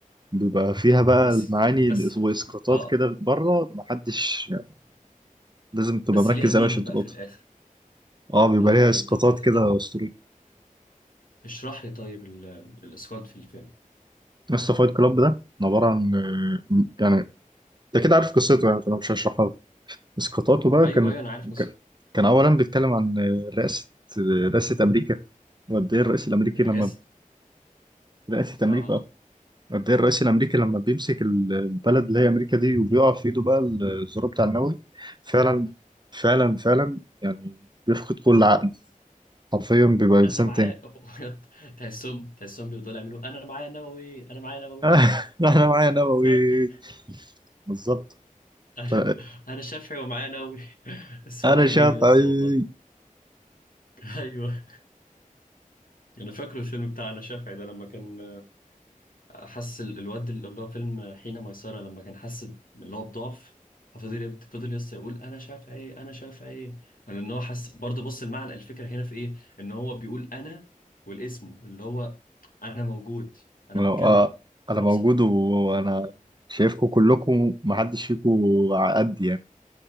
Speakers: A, on the right; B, on the left.
A: بيبقى فيها بقى
B: بس
A: المعاني
B: بس
A: واسقاطات
B: اه
A: كده بره محدش يعني لازم تبقى
B: بس
A: مركز
B: ليها مينينج
A: قوي عشان تلقطها
B: بقى في الاخر
A: اه بيبقى
B: اه اوكي
A: ليها اسقاطات
B: طب
A: كده
B: طب
A: اسطوريه
B: اشرح لي طيب ال... ال- الاسقاط في الفيلم
A: بس فايت كلاب ده عباره عن
B: مم.
A: يعني انت كده عارف قصته يعني فانا مش هشرحها اسقاطاته بقى
B: ايوه
A: كانت
B: ايوه انا عارف قصة
A: كان كان اولا بيتكلم عن رئاسه رئاسه امريكا وقد ايه الرئيس الامريكي
B: الرئاسه
A: لما رئاسه امريكا
B: اه
A: اه قد ايه الرئيس الامريكي لما بيمسك ال- البلد اللي هي امريكا دي وبيقع في ايده بقى الزرار بتاع النووي فعلا فعلا فعلا يعني بيفقد كل عقل حرفيا بيبقى انسان
B: انا معاه
A: تاني
B: <laughs> تحسهم تحسهم بيفضلوا يعملوا انا معايا نووي انا معايا نووي
A: <laughs> انا معايا نووي
B: <laughs>
A: بالظبط
B: <laughs> انا
A: ف-
B: انا شافعي ومعايا نووي <laughs> بس
A: انا
B: هم جانين
A: شافعي
B: يا اسطى والله <laughs> ايوه انا فاكره الفيلم بتاع انا شافعي ده لما كان حس ال- الواد اللي هو فيلم حين ميسرة لما كان حس ب- اللي هو بضعف ففضل يبد- فضل يس يقول انا شافعي انا شافعي يعني ان هو حس برضه بص المعنى الفكره هنا في ايه ان هو بيقول انا والاسم اللي هو انا موجود انا
A: ولو
B: بتكلم
A: آه، انا
B: طب
A: موجود
B: صح.
A: وانا شايفكم كلكم محدش فيكم على قدي يعني